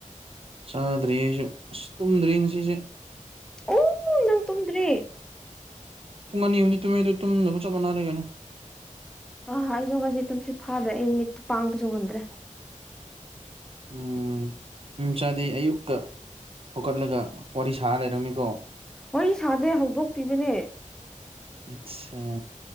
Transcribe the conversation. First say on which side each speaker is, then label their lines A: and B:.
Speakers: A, on the right; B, in the centre.
A: ꯆꯥꯗ꯭ꯔꯤ ꯑꯩꯁꯨ ꯑꯁ ꯇꯨꯝꯗ꯭ꯔꯤ ꯉꯁꯤꯁꯦ
B: ꯑꯣ ꯅꯪ ꯇꯨꯝꯗ꯭ꯔꯤ
A: ꯄꯨꯡ ꯑꯅꯤ ꯑꯍꯨꯝꯅꯤ ꯇꯨꯝꯃꯦ ꯑꯗꯨ ꯇꯨꯝꯗꯕꯒ ꯆꯞ ꯃꯥꯟꯅꯔꯦ ꯀꯩꯅꯣ
B: ꯑꯥ ꯑꯩꯁꯨ ꯉꯁꯤ ꯇꯨꯝꯁꯤ ꯐꯥꯗ꯭ꯔꯦ ꯑꯩ ꯃꯤꯠꯁꯨ ꯄꯥꯡꯕꯁꯨ ꯉꯝꯗ꯭ꯔꯦ
A: ꯎꯝ ꯎꯝ ꯆꯥꯗꯩ ꯑꯌꯨꯛꯀꯥ ꯍꯧꯀꯠꯂꯒ ꯋꯥꯔꯤ ꯁꯥꯔ ꯂꯩꯔꯝꯃꯤꯀꯣ
B: ꯋꯥꯔꯤ ꯁꯥꯗꯦ ꯍꯧꯗꯣꯛꯄꯤꯕꯅꯦ
A: ꯑꯆꯥ